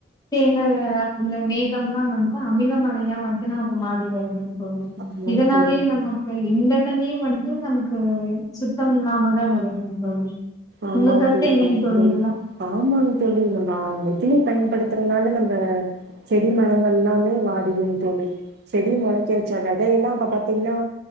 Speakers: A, on the left; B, on the right.
A: தேங்க இங்க மேகம்ல்லா வந்ட்டு அமில மழையா வந் இப்ப நமக்கு மாரி வருதுங் ஓய்
B: ஆமாங்க
A: இதுனாலேயே
B: தோழி
A: நமக்கு இந்த தண்ணியே வந் ட்டு நமக்கு சுத்தம் இல்லாமதா வருதுங்க தோழி
B: ஆமாங்
A: உங்க கருத்து
B: தோழி
A: என்னங்க
B: ஆமாங் தோழி
A: இதுல?
B: ஆமாங்க தோழி நம்ம இந்த இதுல பயன்படுத்துறதுனால நம்ப செடி மரங்கள்லாமே வாடு துங்க தோலி செடி மொளைக்க வச்ச வெதையல்லா அப்ப பாத்தீங்கன்னா